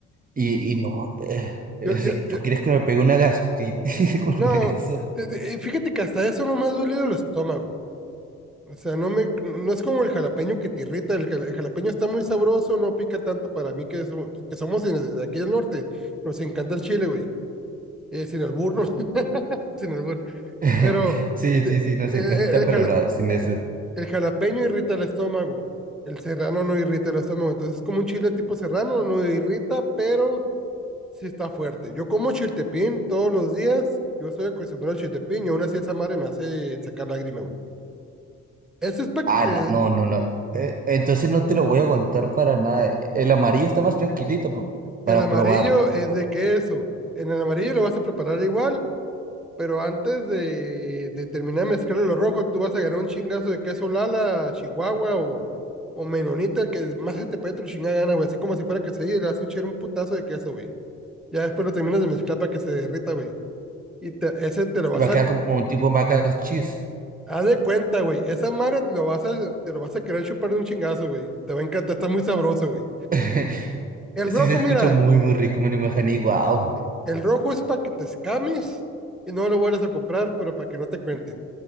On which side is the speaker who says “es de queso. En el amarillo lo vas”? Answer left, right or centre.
Centre